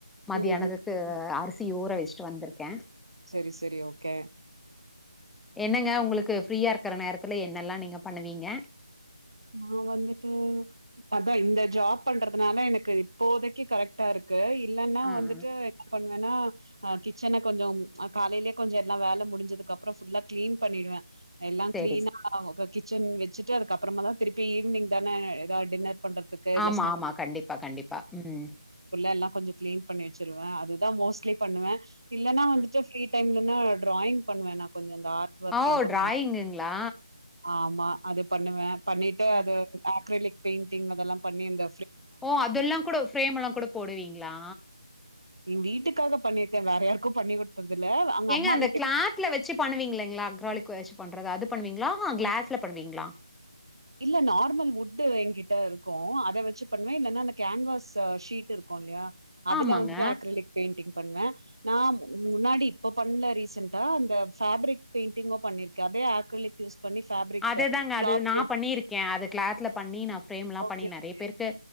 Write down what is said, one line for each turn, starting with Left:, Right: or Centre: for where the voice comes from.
Centre: மத்தியானதுக்கு
Right: ம் ம் ம்
Centre: அ அரிசி ஊற வச்சிட்டு வந்திருக்கேன்
Right: சரி சரி ஓகே
Centre: என்னங்க உங்களுக்கு ஃப்ரீயா இருக்கற நேரத்துல என்னெல்லா நீங்க பண்ணுவீங்க
Right: நான் வந்துட்டு அதான் இந்த ஜாப் பண்றதுனால எனக்கு இப்போதைக்கு கரெக்ட்டா இருக்கு இல்லன்னா
Centre: ஆ
Right: வந்துட்டு
Centre: ஆ
Right: என்ன பண்ணுவன்னா ஆஹ் கிச்சன கொஞ்சம் காலைலயே கொஞ்சம் எல்லா வேலை முடிஞ்சதுக்கு அப்புறம் ஃபுல்லா கிளீன் பண்ணிடுவேன் எல்லாம்
Centre: சேரி
Right: கிளீனா
Centre: சே
Right: <inaudible> கிச்சன் வச்சுட்டு அதுக்கப்புறமா தான் திருப்பி ஈவினிங்தான ஏதாவது டின்னெர் பண்றதுக்கு இல்ல
Centre: ஆமா
Right: ஸ்நேக்ஸ்
Centre: ஆமா கண்டிப்பா கண்டிப்பா ம்
Right: எல்லாம் கொஞ்சம் கிளீன் பண்ணி வச்சிருவேன் அது ப்பா மோஸ்ட்லி பண்ணுவே இல்லன்னா வந்துட்டு
Centre: அ.
Right: பிரிட் டைம் இல்லனா டிராயிங் பண்ணுவே நான் கொஞ்சோ இந்த ஆர்ட் ஒர்க்லா
Centre: ஓ
Right: கொஞ்சோ
Centre: டிராயிங்குங்களா
Right: ஆமா அது பண்ணுவே பண்ணிட்டு
Centre: அ.
Right: அது அக்ரலிக் பெயிண்டிங் அதெல்லாம் பண்ணி அந்த
Centre: ஓ அதெல்லா கூட ஃப்ரேம்லா கூட போடுவீங்களா
Right: ம் வீட்டுக்காக பண்ணிருக்கே வேற யாருக்கு பண்ணி குடுத்ததில்ல. அங்க
Centre: ஏங்க
Right: அம்மா
Centre: அந்த
Right: வீட்டுக்கு
Centre: கிளாத்ல வச்சு பண்ணுவீங்களேங்களா அக்ராளிக்கு ச்சு பண்றது அது பண்ணுவீங்களா கிளாஸ்ல பண்ணுவீங்களா
Right: இல்ல நார்மல் வுட் என்கிட்ட இருக்கும் அத வச்சு பண்ணுவே இல்லன்னா அந்த கேன்வாஸ் ஷீட் இருக்கு இல்லையா அதுல
Centre: ஆமாங்க
Right: வந்துட்டு அக்ரலிக் பெய்ண்டிங் பண்ணுவே நான் முன்னாடி இப்ப பண்ணல ரீசண்டா அந்த ஃபேபரிக் பெயிண்ட் <unintelligible> பண்ணிருக்கே அதே ஆர்க்களிக் யூஸ் பண்ணி பேப்ரிக்
Centre: அதேதாங்க
Right: கிளாத்
Centre: அது நா பண்ணியிருக்கே அது கிளாத்ல பண்ணி நான் பிரேம்லா
Right: ஓகே,
Centre: பண்ணி நிறைய
Right: ஓகே.
Centre: பேருக்கு